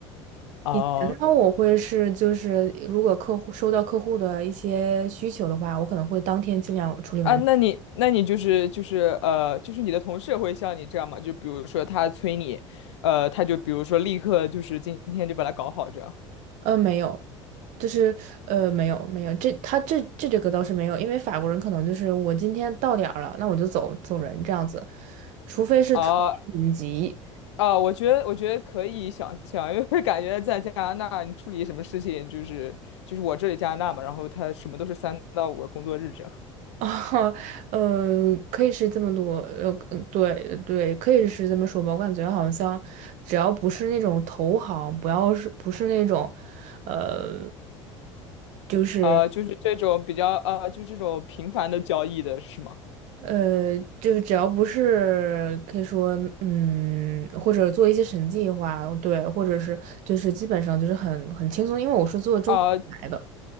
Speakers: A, on the left; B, on the right.
A: 哦，
B: 以前呢，我会是就是如果客户收到客户的一些需求的话，我可能会当天尽量处理完。
A: 啊，那你那你就是就是呃，就是你的同事会像你这样吗？就比如说他催你，呃，他就比如说立刻就是今天就把它搞好这样。
B: 呃，没有，就是呃，没有没有，这他这这这个倒是没有，因为法国人可能就是我今天到点儿了，那我就走走人这样子，除非是特别紧急
A: 啊。啊，我觉得我觉得可以想象，因为感觉在加拿大，你处理什么事情，就是就是我这里加拿大嘛，然后他什么都是三到五个工作日这样，
B: 啊，<laughs> 呃，可以是这么多，呃，嗯对对，可以是这么说吧，我感觉好像只要不是那种投行，不要是不是那种，呃，就是。
A: 啊，就是这种比较啊，就这种频繁的交易的是吗？
B: 呃，就是只要不是可以说，嗯，或者做一些审计话，对，或者是就是基本上就是很很轻松，因为我是做中后台的，
A: 啊